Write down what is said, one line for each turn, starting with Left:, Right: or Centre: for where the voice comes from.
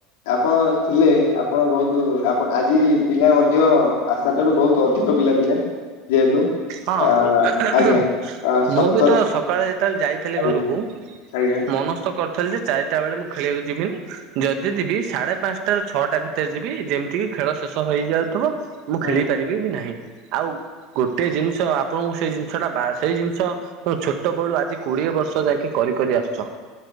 Left: ଆପଣ ଥିଲେ ଆପଣ ବହୁତ ଆପଣ ଆଜି ପିଲା ମଧ୍ୟ ଆ ସେଠାରୁ ବହୁତ ଅଧିକ ପିଲା ଥିଲେ ଯେହେତୁ।
Right: ହଁ
Left: ଆ ଆଜ୍ଞା ଆ ସତର
Right: ମୁଁ ବି ତ ସ ସକାଳେ ଯେତେବେଳେ ଯାଇଥିଲି
Left: ଆଜ୍ଞା
Right: ଘରକୁ
Left: ଆଜ୍ଞା।
Right: ମନସ୍ତ ଥିଲି ଯେ ଚାରଟା ବେଳେ ମୁଁ ଖେଳିବାକୁ ଯିବିନି ଯଦିଥିବି ସାଢେ ପାଞ୍ଚଟାରୁ ଛଅଟା ଭି ଭିତରେ ଯିବି ଯେମିତି କି ଖେଳ ଶେଷ ହେଇଯାଉଥିବ ମୁଁ
Left: ହୁଁ
Right: ଖେଳି ପାରିବି ବି ନାହିଁ। ଆଉ ଗୋଟେ ଜିନିଷ ଆପଣଙ୍କୁ ସେଇ ଜିନିଷଟା ବା ସେଇ ଜିନିଷ। ତେଣୁ ଛୋଟ ବେଳୁ ଆଜି କୋଡିଏ ବର୍ଷ ଯାଇକି କରିରି ଆସିଛ।